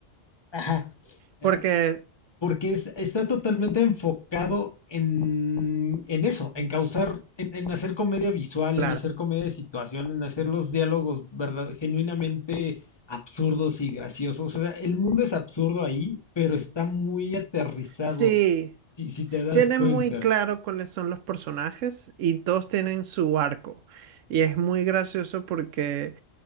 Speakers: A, on the left; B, on the right.
A: ajá, eh,
B: porque,
A: porque es- está totalmente enfocado en, en eso, en causar, en, en hacer comedia visual,
B: claro,
A: en hacer comedia de situación, en hacer los diálogos verdad, genuinamente absurdos y graciosos. O sea, el mundo es absurdo ahí, pero está muy aterrizado,
B: sí,
A: si, si te das
B: tienen
A: cuenta.
B: muy claro cuáles son los personajes y todos tienen su arco. Y es muy gracioso porque,